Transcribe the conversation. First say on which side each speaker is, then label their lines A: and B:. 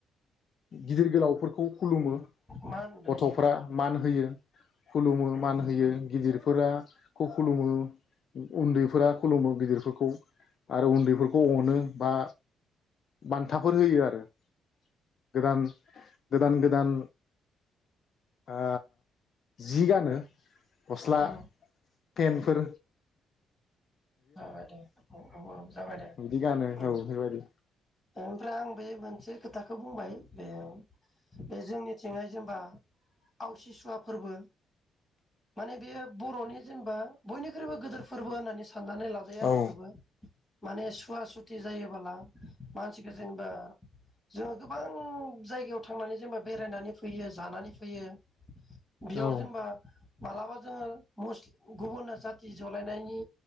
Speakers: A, on the left; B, on the left.
A: गिदिर गोलाव फोरखौ खुलुमो
B: मा होनोथायो
A: गथ'फोरा मान होयो। खुलुमो मान होयो गिदिरफोराखौ खुलुमो उन्दैफोरा खुलुमो गिदिरफोरखौ। आरो उन्दैफोरखौ अनो बा बान्थाफोर होयो आरो। गोदान गोदान गोदान ओ जि गानो गस्ला
B: उम
A: फेनफोर
B: जाबाय दे औ औ औ जाबाय दे
A: बिदि गानो
B: ओन
A: औ बेबायदि
B: ओमफ्राय आं बे मोनसे खोथाखौ बुंबाय बे बे जोंनिथिंहाय जेनेबा आवसिसुवा फोरबो माने बेयो बर'नि जेनेबा बयनिख्रुइबो गोदोर फोरबो होननानै सान साननानै लाजायो आरो
A: औ
B: बेखौबो माने सुवा-सुथि जायोबोला मानसिख जेनेबा जोङो गोबां जायगायाव थांनानै जेनेबा बेरायनानै फैयो जानानै फैयो बेयाव
A: औ
B: जेनेबा मालाबा जोङो मुस गुबुन जाथि जलायनायनि